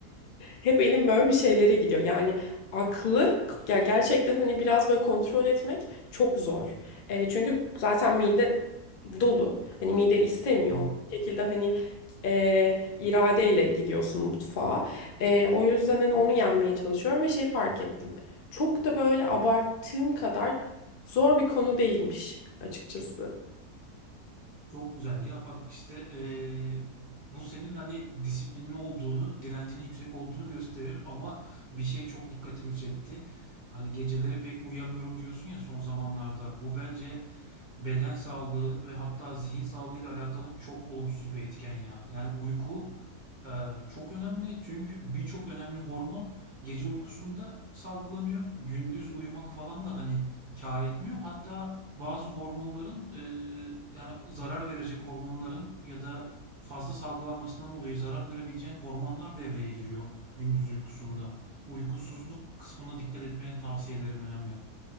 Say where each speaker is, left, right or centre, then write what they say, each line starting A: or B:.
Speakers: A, on the left (about 50°); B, on the right (about 40°).
A: Hep elim böyle bir şeylere gidiyor. Yani aklı ya gerçekten hani biraz böyle kontrol etmek çok zor. E, çünkü zaten mide dolu. Hani mide istemiyor.
B: Hı.
A: Bir şekilde hani e, iradeyle gidiyorsun mutfağa. E, o yüzden hani onu yenmeye çalışıyorum ve şey fark ettim. Çok da böyle abarttığım kadar zor bir konu değilmiş açıkçası.
B: Çok güzel ya bak işte eee, bu senin hani disiplinli olduğunu, direncinin yüksek olduğunu gösterir ama bir şey çok dikkatimi çekti. Hani geceleri pek uyuyamıyorum diyorsun ya son zamanlarda. Bu bence Beden sağlığı ve hatta zihin sağlığıyla alakalı çok olumsuz bir etken ya. Yani uyku eee, çok önemli çünkü birçok önemli hormon gece uykusunda salgılanıyor. Gündüz uyumak falan da hani kâr etmiyor. Hatta bazı hormonların eee, yani zarar verecek hormonların ya da fazla salgılanmasından dolayı zarar görebileceğin hormonlar devreye giriyor gündüz uykusunda. Uykusuzluk kısmına dikkat etmeni tavsiye ederim önemli.